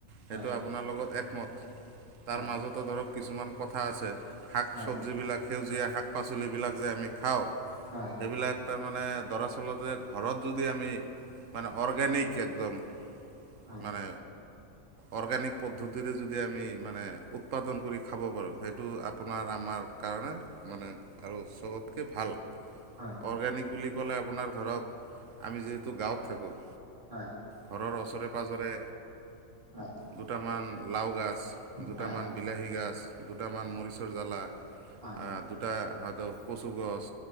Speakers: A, on the right (about 35°); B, on the right (about 70°).
A: হয়
B: সেইটো আপোনাৰ লগত একমত, তাৰ
A: হয়
B: মাজতো ধৰক কিছুমান কথা আছে। শাক
A: হয়
B: চবজিবিলাক সেউজীয়া শাক-পাচলিবিলাক যে আমি খাওঁ।
A: হয়',।
B: এইবিলাক তাৰমানে দৰাচলতে ঘৰত যদি আমি, মানে অৰ্গেনিক একদম
A: হয়
B: মানে অৰ্গেনিক পদ্ধতিৰে যদি আমি মানে উৎপাদন কৰি খাব পাৰোঁ, সেইটো আপোনাৰ আমাৰ কাৰণে মানে আৰু চবতকৈ ভাল।
A: হয়',।
B: অৰ্গেনিক বুলি ক'লে আপোনাৰ ধৰক, আমি যিহেতু গাঁৱত থাকোঁ।
A: হয়',।
B: ঘৰৰ ওচৰে পাঁজৰে
A: অ <unintelligible>
B: দুটামান লাও গছ, দুটামান
A: হয়
B: বিলাহী গছ, দুটামান মৰিচৰ জ্বালা।
A: হয়',।
B: আহ, দুটা হয়তো কচু গছ